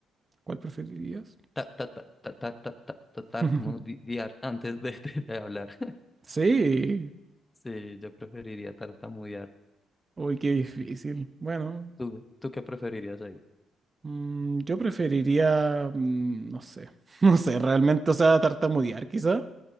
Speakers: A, on the right; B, on the left.
A: ¿Cuál preferirías?
B: ta- ta- ta- ta- ta- ta- ta- ta- tartamudear
A: <laughs>
B: antes de, <laughs> de- de hablar. <laughs>
A: Sí,
B: Sí, yo preferiría tartamudear.
A: uy, qué difícil. Bueno,
B: ¿Tú, tú qué preferirías ahí?
A: mm, yo preferiría, mm, no sé, <laughs> no sé, realmente, o sea, tartamudear quizá